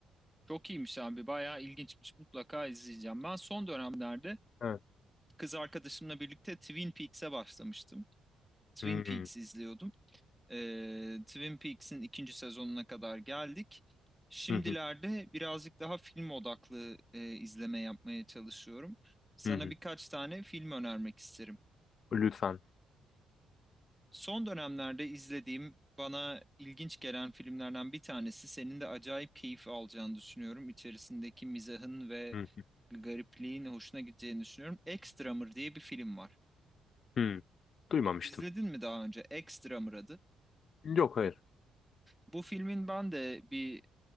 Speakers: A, in the centre; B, on the left (about 55°).
A: Çok iyiymiş abi, bayağı ilginçmiş. Mutlaka izleyeceğim. Ben son dönemlerde
B: Evet.
A: kız arkadaşımla birlikte Twin Peaks'e başlamıştım. Twin
B: Hı hı,
A: Peaks izliyordum. Ee, Twin Peaks'in ikinci sezonuna kadar geldik. Şimdilerde
B: hı hı,
A: birazcık daha film odaklı e, izleme yapmaya çalışıyorum. Sana
B: hı hı.
A: birkaç tane film önermek isterim.
B: Lütfen.
A: Son dönemlerde izlediğim, bana ilginç gelen filmlerden bir tanesi. Senin de acayip keyif alacağını düşünüyorum. İçerisindeki mizahın ve
B: Hı
A: garipliğin hoşuna gideceğini düşünüyorum. Extramır diye bir film var.
B: hı. Hı. Duymamıştım.
A: İzledin mi daha önce? Extramır adı.
B: Yok hayır.
A: Bu filmin ben de bir